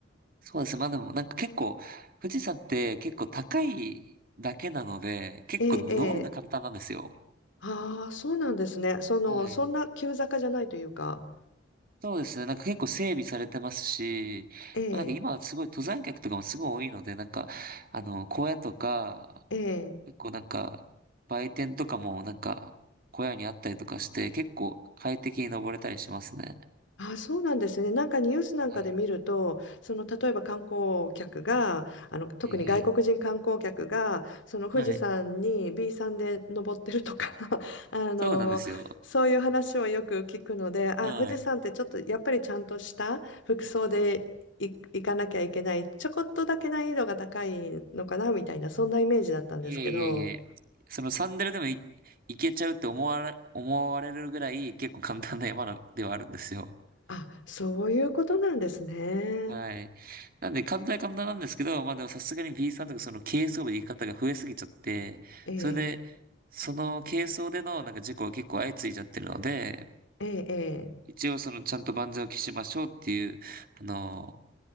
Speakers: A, on the right (about 45°); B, on the left (about 70°).
A: そうです。まあでも、なんか結構、富士山って結構高いだけなので、結構登るのは簡単なんですよ。
B: ええ、ええ。ああ、そうなんですね。その、
A: はい。
B: そんな急坂じゃないというか。
A: そうですね。なんか結構整備されてますし、
B: ええ、
A: まあ、なんか今はすごい登山客とかもすごい多いので、なんか、あの、荒野とか、
B: ええ。
A: 結構なんか、売店とかもなんか、小屋にあったりとかして、結構快適に登れたりしますね。
B: あ、そうなんですね。なんかニュースなんかで見ると、
A: はい。
B: その例えば観光客が、あの特に外国人観光客が、
A: はいはい。
B: その富士山に
A: はい。
B: B さんで登ってるとか <laughs> あの、
A: そうなんですよ。
B: そういう話をよく聞くので、あ、
A: はい。
B: 富士山ってちょっとやっぱりちゃんとした服装でい行かなきゃいけない、ちょこっとだけ難易度が高いのかなみたいな、そんなイメージだったんですけど、
A: いえいえいえ。そのサンダルでもい、いけちゃうって思われ、思われるぐらい結構簡単な山のではあるんですよ。
B: あ、そういうことなんですね。
A: はい。なんで簡単は簡単なんですけど、まあでもさすがに B さんとかその軽装部で行き方が増えすぎちゃって、
B: ええ、
A: それで、その軽装でのなんか事故が結構相次いじゃってるので、
B: ええ、ええ。
A: 一応そのちゃんと万全を期しましょうっていう、あの、